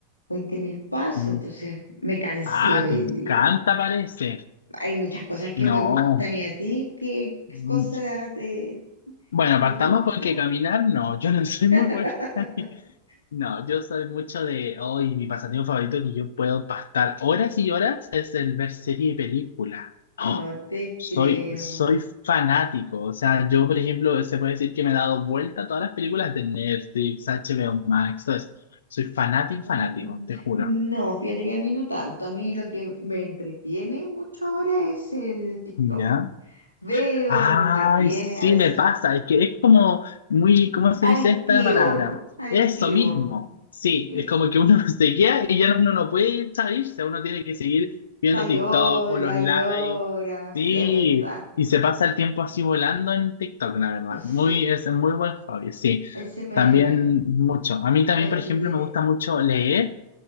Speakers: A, on the left; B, on the left.
A: veinte mil pasos,
B: Mi-
A: entonces me cansé
B: Ah,
A: hoy
B: te
A: día.
B: encanta, parece.
A: Hay muchas cosas que
B: No.
A: me gustan, ¿y a ti qué, qué
B: Mm,
A: cosa te,
B: Bueno,
A: te
B: partamos
A: gusta?
B: con que caminar, no, yo no soy
A: <laughs>
B: muy buena. ahí. No, yo soy mucho de hoy, mi pasatiempo favorito que yo puedo pastar horas y horas es el ver serie y película. Oh,
A: No te
B: soy,
A: creo.
B: soy fanático. O sea, yo, por ejemplo, se puede decir que me he dado vuelta a todas las películas de Netflix, HBO Max, todo eso. Soy fanático,
A: Mm,
B: fanático, te juro.
A: No, fíjate que a mí no tanto. A mí lo que me entretiene mucho ahora es el TikTok.
B: ¿Ya?
A: Veo
B: Ay,
A: y me entretiene,
B: sí
A: a veces
B: me pasa, es que es como muy, ¿cómo se
A: adictivo,
B: dice esta palabra?
A: ¿no? Adictivo.
B: Eso mismo, sí,
A: Sí.
B: es como que uno <laughs> se queda y ya uno no puede salirse, uno tiene que seguir
A: Está
B: viendo
A: y
B: TikTok
A: hora
B: o los lives,
A: y hora, sí,
B: sí,
A: es verdad.
B: y se pasa el tiempo así volando en TikTok, la verdad, muy,
A: Sí,
B: es un muy buen hobby, sí,
A: ese me,
B: también mucho. A mí también,
A: me entretiene.
B: por ejemplo, me gusta mucho leer